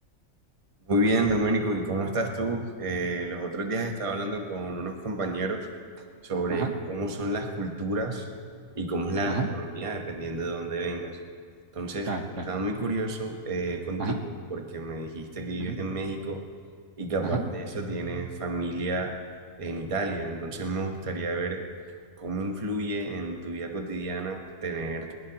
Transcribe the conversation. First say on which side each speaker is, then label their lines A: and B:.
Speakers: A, on the right; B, on the right.
A: bien, Domenico, ¿y cómo estás tú? Eh, los otros días estaba hablando con unos compañeros sobre
B: Ajá,
A: cómo son las culturas y cómo es la
B: ajá,
A: gastronomía dependiendo de dónde vengas. Entonces,
B: claro,
A: estaba
B: claro.
A: muy curioso eh, contigo
B: Ajá,
A: porque me dijiste que vives
B: ajá,
A: en México y que aparte
B: ajá.
A: de eso tienes familia en Italia. Entonces, me gustaría ver cómo influye en tu vida cotidiana tener